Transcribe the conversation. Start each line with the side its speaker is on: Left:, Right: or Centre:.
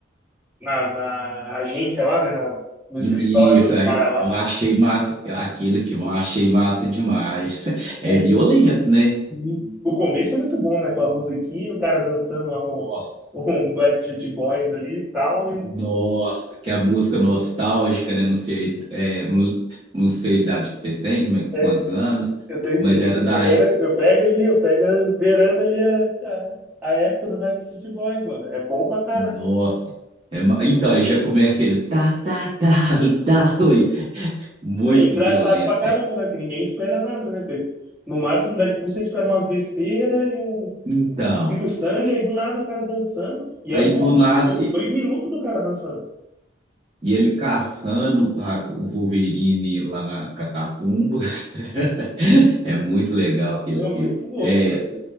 Centre: na, na agência lá, né? na- no escritório
Right: Isso
Centre: dos
Right: aí,
Centre: caras lá.
Right: eu achei massa. Aquele filme, eu achei massa demais. <laughs> É
Centre: É,
Right: violento, né?
Centre: e o começo é muito bom, né? Com a musiquinha, o cara dançando lá um,
Right: Nossa,
Centre: um Backstreet Boys ali e tal. E
Right: nossa, que a música nostálgica, né? Não sei, é, não, não sei a idade que você tem, como é,
Centre: é,
Right: quantos anos,
Centre: eu tenho
Right: mas
Centre: 30,
Right: era
Centre: eu
Right: da
Centre: pegando- eu pego ali, eu pego beirando ali a, a, a época do Backstreet Boys, mano. É bom pra caramba.
Right: Nossa. É, ma- então, aí já começa ele, tá, tá, tá, <laughs> tá, oi. Muito
Centre: É é engraçado
Right: violento.
Centre: pra caramba,
Right: É,
Centre: né? Que ninguém espera nada, né? Você- no máximo, no Deadpool, você espera umas besteiras e um,
Right: então,
Centre: muito sangue, aí do nada o cara dançando. E
Right: aí
Centre: é louco,
Right: do nada,
Centre: né? <laughs>
Right: e,
Centre: dois minutos do cara dançando.
Right: e ele caçando a- o Wolverine lá na Catatumba. <laughs> É muito legal aquele
Centre: É
Right: filme.
Centre: muito louco.
Right: É,
Centre: cara.